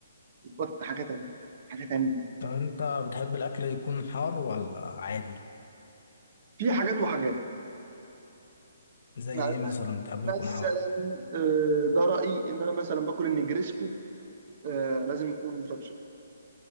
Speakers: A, on the right (about 45°); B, on the left (about 60°).
A: البط حاجة تانية حاجة تانية يعني
B: طب انت بتحب الاكل يكون حار ولا عادي
A: في حاجات وحاجات
B: زي
A: يعني
B: ايه مثلا بتحب
A: مثلا
B: يكون حار
A: آه، ده رأيي ان انا مثلا باكل النجريسكو آه، لازم يكون مشطشط